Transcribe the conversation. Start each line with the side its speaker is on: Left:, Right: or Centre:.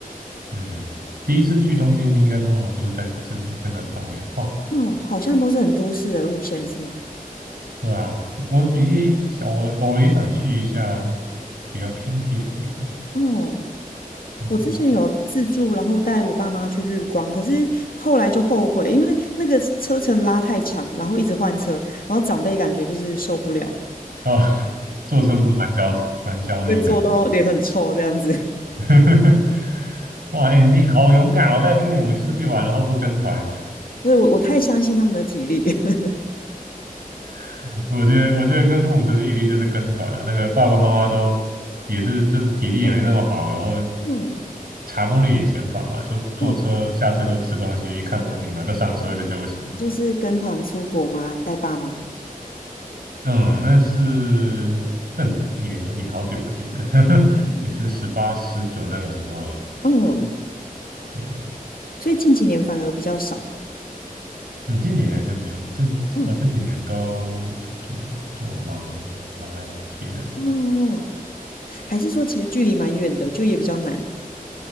Right: 嗯，第一次去东京应该通常都是在这那个范围晃。
Left: 哦，好像都是很都市的路线是吗？
Right: 对啊，我比较想，我我也想去一下比较偏僻的地方。
Left: 哦，
Right: 嗯，
Left: 我之前有自助，然后带我爸妈去日光，可是后来就后悔，因为那个车程拉太长，然后一直换车，然后长辈感觉就是受不了，
Right: 啊、<laughs> 坐车真的蛮焦蛮焦虑的。
Left: 会坐到脸很臭这样子。
Right: <laughs> 哇，哎、你好勇敢哦，带父母出去玩，然后不跟团。
Left: 所以我我太相信他们的体力。<laughs>
Right: <laughs> 我觉得，我觉得跟父母出去一定就是跟团了。那个爸爸妈妈都也是，就是体力也没那么好，
Left: 嗯
Right: 然后
Left: 嗯
Right: 查攻略也嫌烦嘛，就坐车下车就吃东西、
Left: 嗯，
Right: 看风景，然后就上车就休息。
Left: 嗯你就是跟团出国吗？带爸妈？
Right: 嗯，那是更也也好久了，其实 <laughs>
Left: 嗯
Right: 也是十八、十九那个时候了。
Left: 嗯，
Right: 对，
Left: 所以近几年反而比较少。
Right: 嗯，这几年就没有，这我这几年都就就忙
Left: 嗯
Right: 忙来忙去的。
Left: 嗯嗯，还是说其实距离蛮远的，就也比较难。